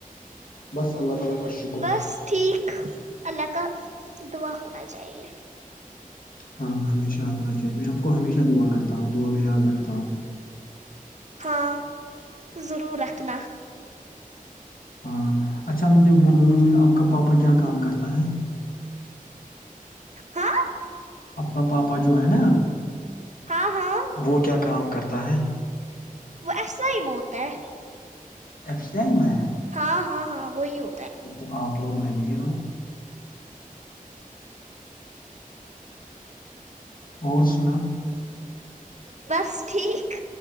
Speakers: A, on the left; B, on the right.
A: بس اللہ تعالی کا شکر
B: بس
A: ہے
B: ٹھیک اللہ کا دعا ہونا چاہیے
A: ہاں ہمیشہ ہونا چاہیے میں آپ کو ہمیشہ دعا کرتا ہوں دعا میں یاد رکھتا ہوں
B: ہاں ضرور رکھنا
A: ہاں اچھا مجھے بولو آپ کا پاپا کیا کام کرتا ہے
B: ہاں
A: اپ کا پاپا جو ہے نا
B: ہاں ہاں
A: وہ کیا کام کرتا ہے
B: وہ ایسا ہی موت ہے
A: ایکس میں ہے
B: ہاں ہاں ہاں وہ ہو
A: پھر تو آپ لوگ امیر ہو اور سنا
B: بس ٹھیک